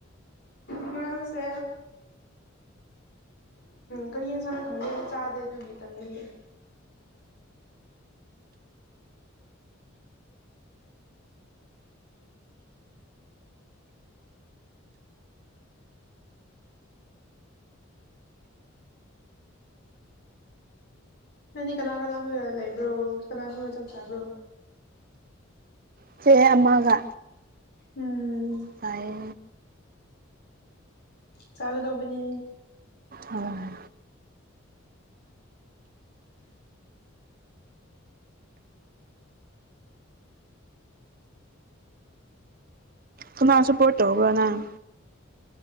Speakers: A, on the left; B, on the right.
A: ꯉꯔꯥꯡꯁꯦ ꯀꯔꯤ ꯍꯤꯡꯖꯥꯡꯔ ꯈꯪꯗꯦꯗꯤ ꯆꯥꯗꯦ ꯑꯗꯨꯒꯤ ꯇꯟꯕꯒꯤ ꯅꯪꯗꯤ ꯀꯅꯥ ꯀꯅꯥ ꯈꯣꯏꯒ ꯂꯩꯕ꯭ꯔꯣ ꯀꯅꯥ ꯈꯣꯏꯒ ꯆꯥꯛ ꯆꯥꯕ꯭ꯔꯣ
B: ꯏꯆꯦ ꯑꯃꯒ
A: ꯎꯝ
B: ꯆꯥꯏꯌꯦ
A: ꯆꯥꯒꯗꯧꯕꯅꯤ
B: ꯍꯣꯏ ꯀꯅꯥ ꯁꯞꯄꯣꯔ꯭ꯠ ꯇꯧꯕ꯭ꯔꯣ ꯅꯪ